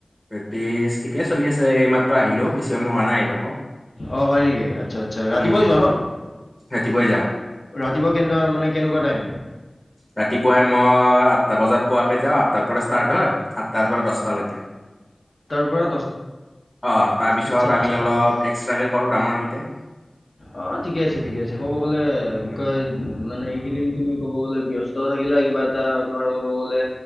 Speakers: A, on the left; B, on the left.
A: প্ৰেক্টিচ ঠিকেই চলি আছে, এই মাত্ৰ আহিলো বেছি সময় হোৱা নাই আহি পাব।
B: অ হয় নেকি? আচ্ছা আচ্ছা ৰাতিপুৱাই
A: উম
B: যোৱা ন?
A: ৰাতিপুৱাই যাওঁ
B: ৰাতিপুৱা কেনদোৱা মানে কেনেকুৱা টাইম?
A: ৰাতিপুৱাই মই আঠটা বজাত পোৱাকে যাওঁ, আঠটাৰ পৰা ষ্টাৰ্ট হয় আঠটাৰ পৰা দছটা লৈকে।
B: পৰা
A: অ তাৰপিছত
B: আচ্ছা, আচ্ছা।
A: আমি অলপ এক্সট্ৰাকে কৰোঁ ডাঙৰ কেইটাই।
B: অ ঠিকে আছে ঠিকে আছে, ক'ব গ'লে
A: উম
B: কি কয় মানে এইকেইদিন তুমি ক'ব গলে ব্যস্তও থাকিলা কিবা এটা তোমাৰ ক'ব গ'লে